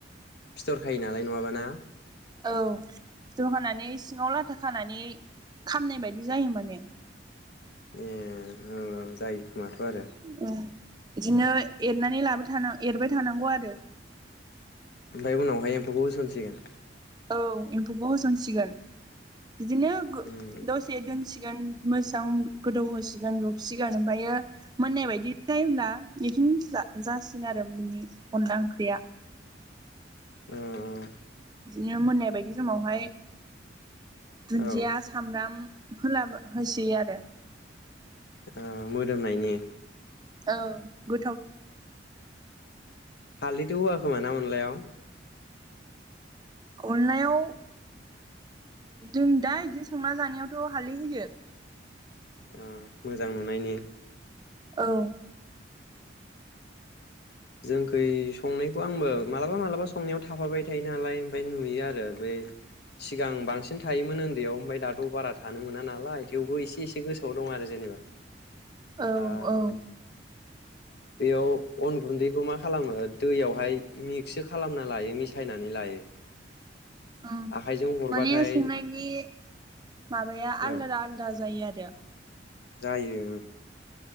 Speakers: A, on the left; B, on the right.
A: फिथरखायो नालाय नङाबाना।
B: औ ज होनानै सिङाव लाथा खानानै खामनाय बायदि जायो। माने
A: ए जायो। माथो आरो
B: औ बिदिनो एरनानै लाबाय था एरबाय थानांगौ आरो।
A: ओमफ्राय उनावहाय एम्फौखौ होसनसिगोन।
B: औ एम्फौखौ होसनसिगोन। बिदिनो
A: उम
B: दसे दोनसि गोन मोसां गोदौ होसिगोन रुसिगोन ओमफ्रायो मोननाय बायदि जायोब्ला बिदिनो जासिग आरो बिनि अनला ओंख्रिया
A: ओ ओ
B: बिदिनो मोननाय बायदि समावहाय दुन्दिया
A: ओ
B: सामब्राम होला होस आरो
A: ओ मोदोमनायनि
B: औ गो
A: हालदैथ' होवा खोमा अनलायाव
B: अनलयाव जों दा बिदि संना जानायावथ' हालदै होयो।
A: ओ मोजां नुनायनि
B: औ
A: जोंखै संनायखौ आंबो मालाबा मालाबा संनायाव थाफाबाय थायो नालाय ओमफ्राय नुयो आरो बे सिगां बांसिन थायोमोन उन्दैयाव ओमफफ्राय दाथ' बारा थानो मोना नालाय थेवबो एसे एसे गोसोआव दं आरो जेनेबा
B: औ
A: ओ
B: औ
A: बेयाव अन गुन्दैखौ मा खालामो दैयावहाय मिक्स खालामना लायो मिसायनानै लायो।
B: औ
A: आखाइजों हरबाथाय
B: माने संनायनि माबाया आलदा
A: ओ
B: आलदा जायो आरो। <unintelligible>
A: जायो।